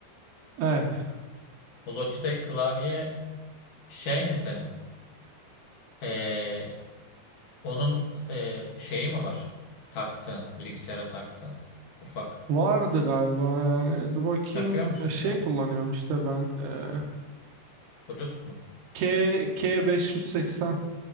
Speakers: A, on the right; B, on the left.
A: evet
B: O Logitech klavye şey mi senin? E, Onun e, şeyi mi var? Taktığın, bilgisayara taktığın. Ufak.
A: vardı galiba yani dur bakayım
B: Takıyor musun
A: E,
B: şu
A: şey
B: an?
A: kullanıyorum işte ben e,
B: Bluetooth mu?
A: K K580